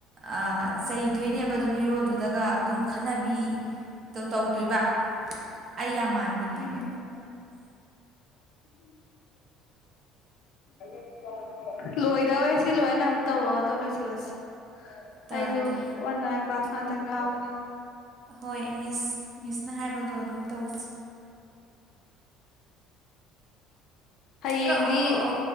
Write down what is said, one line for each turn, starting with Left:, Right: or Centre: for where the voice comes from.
Right: ꯑꯥ ꯆꯩꯗꯣꯏꯅꯦꯕ ꯑꯗꯨꯝ ꯍꯦꯔꯣꯗꯨꯗꯒ ꯑꯗꯨꯝ ꯈꯠꯅꯕꯤ ꯇꯧꯗꯣꯏꯕ ꯑꯩ ꯌꯥꯝ ꯃꯥꯟꯕꯤꯅꯦꯃꯤ
Left: ꯎꯝ <inaudible> ꯂꯣꯏꯗꯧꯔꯦ ꯁꯤ ꯂꯣꯏꯔꯒ ꯅꯪ ꯑꯃꯨꯛ ꯇꯧꯔꯛ ꯑꯗꯨꯒ ꯂꯣꯏꯁꯟ
Right: ꯇꯧꯔꯛꯀꯦ
Left: ꯑꯩꯁꯨ ꯑꯣꯟꯂꯥꯟ ꯀꯂꯥꯁ <unintelligible>
Right: ꯍꯣꯏ ꯃꯤꯁ ꯃꯤꯁꯅ ꯍꯥꯏꯕꯗꯣ ꯑꯗꯨꯝ ꯇꯧꯖꯦ
Left: <inaudible> ꯍꯌꯦꯡꯗꯤ
Right: ꯀꯛꯑꯣ ꯀꯛꯑꯣ